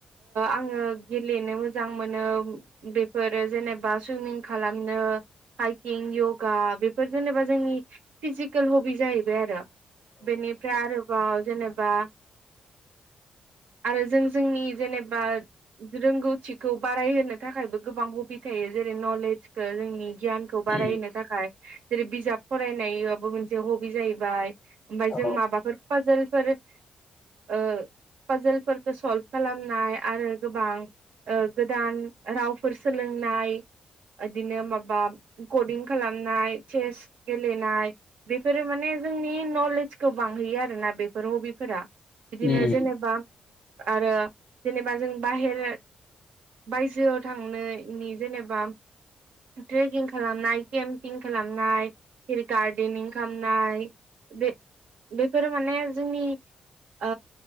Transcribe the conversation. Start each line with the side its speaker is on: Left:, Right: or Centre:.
Right: आङो गेलेनो मोजां मोनो बेफोरो जेनेबा सुइमिं खालामनो हाइकिं यगा बेफोर जेनेबा जोंनि फिजिकेल हबि जाहैबाय आरो बेनिफ्राय आरोबाव जेनेबा आरो जों जोंनि जेनेबा रोंगौथिखौ बारायहोनो थाखायबो गोबां हबि थायो जेरै नलेजखौ जोंनि गियानखौ बारायहो
Left: उम
Right: थाखाय जेरै बिजाब फरायनायाबो मोनसे हबि जाहैबाय ओमफफ्राय
Left: औ
Right: जों माबाफोर फाजोलफोर ओ पजलफोरखौ सल्भ खालामनाय आरो गोबां ओ गोदान रावफोर सोलोंनाय बिदिनो माबा रेकर्डथिं खालामनाय चेस गेलेनाय बेफोरो माने जोंनि नलेजखौबो बांहैयो आरोना बेफोर हबिफोरा बिदिनो
Left: उम
Right: जेनेबा आरो जेनेबा जों बाहेर बायजोआव थांनायनि जेनेबा ट्रेकिं खालामनाय केम्पिं खालामनाय फेर गार्देनिं खालामनाय बे बेफोरो माने जोंनि ओ